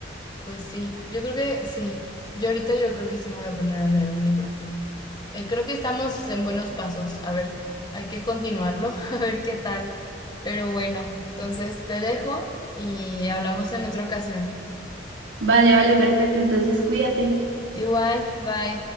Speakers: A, on the left; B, on the right.
A: Pues sí, yo creo que sí. Yo ahorita yo creo que sí me voy a poner a leer un libro. Eh, creo que estamos en buenos pasos. A ver, hay que continuarlo, <laughs> a ver qué tal. Pero bueno, entonces te dejo y hablamos en otra ocasión.
B: Vale, vale, perfecto, entonces cuídate.
A: Igual, bye.